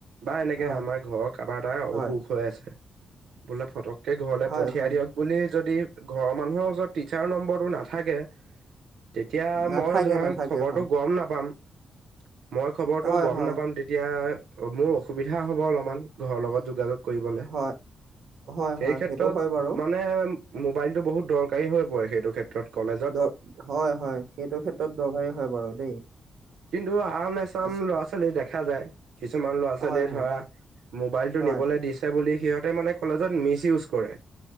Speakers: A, on the right (about 75°); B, on the right (about 55°).
A: বা এনেকে
B: হয়
A: আমাৰ ঘৰৰ কাৰোবাৰ এটা
B: হয়
A: অসুখ হৈ আছে। বোলে ফটককে ঘৰলৈ
B: হয়
A: পঠিয়াই
B: হয়
A: দিয়ক। বুলি যদি ঘৰৰ মানুহৰ ওচৰত টিচাৰ নম্বৰটো নাথাকে। তেতিয়া
B: নাথাকে
A: মই ধৰা
B: নাথাকে
A: খবৰটো
B: হয়
A: গম নাপাম। মই খবৰটো
B: হয়
A: গম
B: হয়
A: নাপাম তেতিয়া মোৰ অসুবিধা হ'ব অলপমান, ঘৰৰ লগত যোগাযোগ কৰিবলে,
B: হয় হয়
A: সেই
B: হয়
A: ক্ষেত্ৰত
B: সেইটো হয় বাৰু
A: মানে মোবাইলটো বহুত দৰকাৰী হৈ পৰে, সেইটো ক্ষেত্ৰত কলেজত
B: দ হয় হয়, সেইটো ক্ষেত্ৰত দৰকাৰী হয় বাৰু দেই।
A: টো আন এচাম
B: আছ-
A: ল'ৰা ছোৱালী দেখা যায়। কিছুমান ল'ৰা ছোৱালীয়ে
B: হয়
A: ধৰা
B: হয়
A: মোবাইলটো
B: হয়
A: নিবলৈ দি ছে বুলি সিহঁতে মানে কলেজত মিছ ইউজ কৰে।